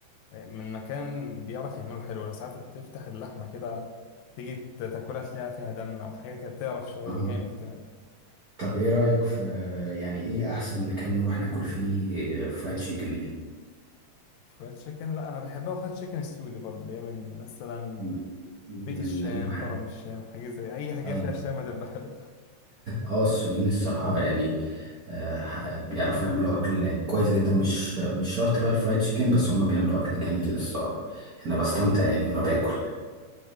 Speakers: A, on the left; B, on the right.
A: آه، من مكان بيعرف يعمله حلو لو ساعات تفتح اللحمة كده تيجي تاكلها تلاقيها فيها دم أو حاجة كده تعرف شوية
B: آه.
A: جامد كمان
B: طب إيه رأيك في يعني إيه أحسن مكان نروح ناكل فيه فرايد تشيكن يعني
A: فرايد تشيكن لا أنا بحبها فرايد تشيكن السوري برضه اللي هي من مثلا
B: م- من
A: بيت الشام
B: من ح-
A: كرم الشام حاجة زي أي حاجة
B: أيوة
A: فيها شام هتبقى حلوة
B: آه السوريين الصراحة يعني آه، ح- بيعرفوا يعملوا أكل كويس جدا مش مش شرط بقى الفرايد تشيكن بس هما بيعملوا أكل جميل الصراحة أنا بستمتع يعني وأنا باكل